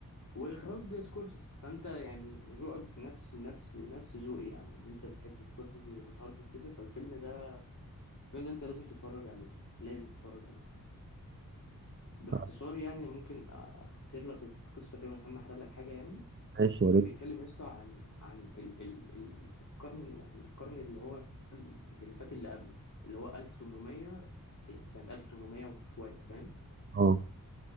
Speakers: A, on the left (about 55°); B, on the right (about 35°).
A: واخراج سكورسيزي فانت يعني ذوقك نفس نفس نفس ذوقي يعني ان انت بتحب سكورسيزي وليوناردو وكده فالفيلم ده الفيلم ده انت لازم تتفرج عليه لازم تتفرج عليه باختصار
B: آه،
A: يعني ممكن أ- اختصر لك القصه كده من غير ما احرق لك حاجه يعني
B: ماشي
A: هو
B: يا
A: كان
B: ريت
A: بيتكلم يا اسطى عن عن ال ال ال القرن يعني القرن اللي هو مش اللي فات اللي قبله اللي هو 1800 يعني سنه 1800 وشويه فاهم
B: اه